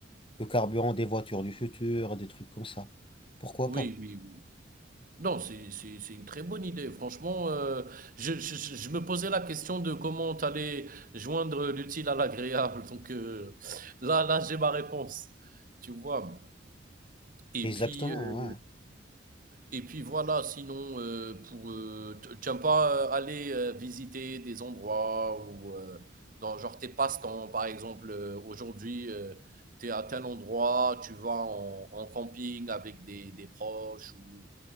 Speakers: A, on the left; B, on the right.
A: le carburant des voitures du futur, des trucs comme ça. Pourquoi
B: Oui,
A: pas?
B: oui, oui. Non, c'est, c'est, c'est une très bonne idée. Franchement, euh, je, je, je je me posais la question de comment tu allais joindre l'utile à l'agréable. Donc euh, là, là, j'ai ma réponse. Tu vois. Et
A: Exactement,
B: puis, heu
A: ouais.
B: et puis voilà, sinon, heu, pour, heu, t tu aimes pas, heu, aller, heu, visiter des endroits ou, heu, dans genre tes passe-temps, par exemple, heu, aujourd'hui, heu, tu es à tel endroit, tu vas en en camping avec des des proches ou